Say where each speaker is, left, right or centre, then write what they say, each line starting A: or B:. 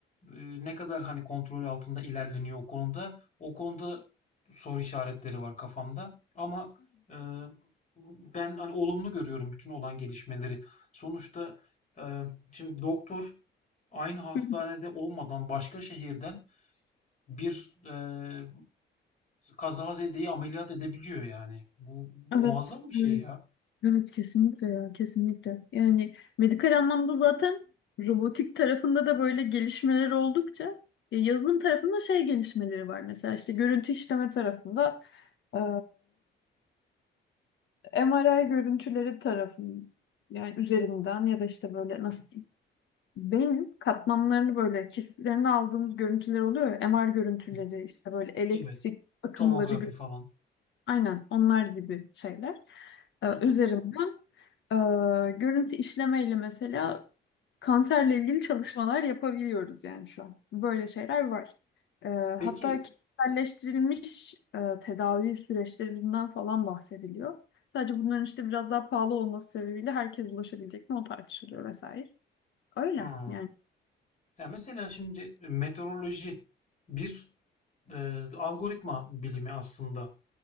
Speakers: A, on the left; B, on the left.
A: Eee, ne kadar hani kontrol altında ilerleniyor o konuda? O konuda soru işaretleri var kafamda. Ama eee, ben hani olumlu görüyorum bütün olan gelişmeleri. Sonuçta eee, şimdi doktor aynı hastanede
B: <laughs>
A: olmadan başka şehirden bir eee kazazedeyi ameliyat edebiliyor yani. Bu
B: Evet.
A: muazzam bir şey ya.
B: Evet kesinlikle ya kesinlikle. Yani medikal anlamda zaten robotik tarafında da böyle gelişmeler oldukça ya yazılım tarafında şey gelişmeleri var. Mesela işte görüntü işleme tarafında eee MRI görüntüleri tarafın yani üzerinden ya da işte böyle nasıl
A: Hı.
B: diyeyim beyin katmanlarını böyle kesitlerini aldığımız görüntüler oluyor ya MR görüntüleri
A: Evet,
B: işte böyle elektrik
A: evet.
B: akımları
A: Tomografi
B: gö-
A: falan.
B: aynen onlar gibi şeyler Eee,
A: Hı hı.
B: üzerinden Ee, görüntü işlemeyle mesela kanserle ilgili çalışmalar yapabiliyoruz yani şu an. Böyle şeyler var. Ee,
A: Peki,
B: hatta kişiselleştirilmiş e, tedavi süreçlerinden falan bahsediliyor. Sadece bunların işte biraz daha pahalı olması sebebiyle herkes ulaşabilecek mi o tartışılıyor vesaire. Öyle
A: hı.
B: yani.
A: Ya mesela şimdi e, meteoroloji bir e, algoritma bilimi aslında.